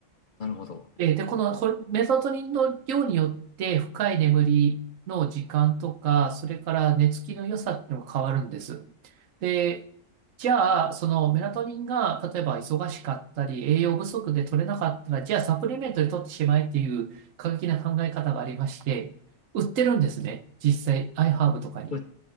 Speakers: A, on the left (about 55°); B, on the right (about 85°).
A: ー、なるほど。
B: えーで、このホルメラトニンの量によって深い眠りの時間とか、それから寝つきの良さっていうのが変わるんです。で、じゃあ、そのメラトニンが例えば忙しかったり、栄養不足で取れなかったら、じゃあサプリメントで取ってしまえっていう過激な考え方がありまして、売ってるんですね。実際、iHerb とかに。
A: これ